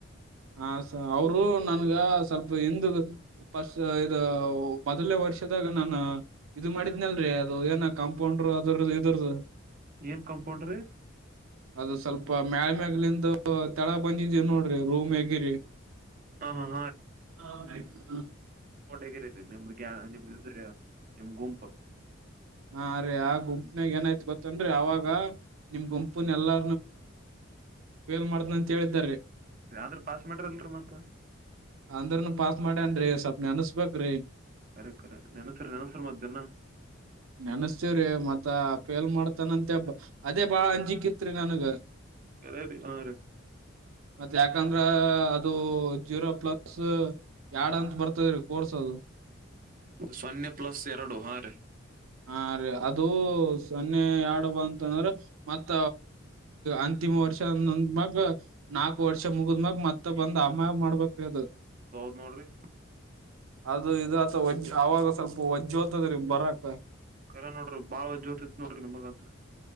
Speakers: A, on the right (about 85°); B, on the right (about 45°).
A: ಹ ಸ ಅವರು ನನ್ಗ ಸ್ವಲ್ಪ ಎ ಪರ್ಸ್ ಇ ಮೊದಲನೇ ವರ್ಷದಾಗ ನಾನು ಇದು ಮಾಡಿದ್ನಲ್ರರಿ ಅದು ಏನ ಕಾಂಪೌಂಡರು ಅದರ ಇದರದು
B: ಏನ್ ಕಂಪೌಂಡ್ರಿ
A: ಅದು ಸ್ವಲ್ಪ ಮಳ ಮೇಾಗ ಅಲ್ಲಿಂದು ತಳ ಬಂಜಿದೀವಿ ನೋಡ್ರಿ ರೂಮ್ ಹೇಗಿರಿ
B: ಹಾ
A: ಹ
B: ಹಾ ಹಾ
A: ಹ ಆಯ್ತು ಹ
B: ಕೋಟಗರದೆ ನಿಮ್ದ ನಿಮ್ದ್ರ ನಿಮ ಗುಂಪ
A: ಹಾ ರೀ ಆ ಗುಂಪಿನಾಗ ಏನಾಯ್ತು ಗೊತ್ತಂದ್ರೆ ಅವಾಗ ನಿಮ್ ಗುಂಪುನ್ ಎಲ್ಲಾ ನಲ್ ಮಾಡ್ದನ ಅಂತ ಹೇಳಿದಾರೀ
B: ಅಂದ್ರ ಪಾಸ್ ಮಾಡ್ರಲ್ರಿ ಮತ್ತ
A: ಅಂದ್ರನು ಪಾಸ್ ಮಾಡ್ಯಾನ್ರೀ ಸ್ವಪ್ನ ಅನ್ಸ್ಬೇಕ್ರೀ
B: ಕರೆ ಕರೆ ನೆನಸರು ನೆನಸರ್ ಮಧ್ಯಾಹ್ನ
A: ನೆನ್ಸ್ತವ್ರಿ ಮತ್ತ ಪೇಲ್ ಮಾಡ್ತಾನಂತೆ ಅದೇ ಬಾಳ ಅಂಜಿಕಿತ್ರಿ ನನ್ಗ
B: ಕರೆ ರೀ ಹಾ ರೀ
A: ಮತ್ತೆ ಯಾಕಂದ್ರ ಅದು ಜೀರೋ ಪ್ಲಸ್ ಎರಡ್ ಅಂತ ಬರ್ತದೀ ಕೋರ್ಸ್ ಅದು
B: ಸೊನ್ನೆ ಪ್ಲಸ್ ಎರಡು ಹಾ ರೀ
A: ಹಾ ರಿ ಅದು ಸೊನ್ನೆ ಯರಡು ಬ ಅಂತಂದಂದ್ರೆ ಮತ್ತ ಅಂತಿಮ ವರ್ಷಂದ ಮ <unintelligible> ನಾಕುರ್ಷ ಮುಗಿದ್ಮ್ಯಾಗ ಮತ್ತ ಬಂದ್ ಅಮ್ಮಾಗ ಮಾಡ್ಬ್ರಿ ಅದು
B: ಹೌದ್ ನೋಡ್ರಿ
A: ಅದು ಇದುತ ಒೆ ಯಾವಾಗ ಸ್ವಲ್ಪ ವಜ್ಜ್ ದ್ತದ್ರರಿ ಬರಾಕ
B: ಕರ ನೋಡ್ರಿ ಬಾವ ಜ್ಯೋತಿತ್ ನೋಡ್ರಿ ನಿಮಗಂತ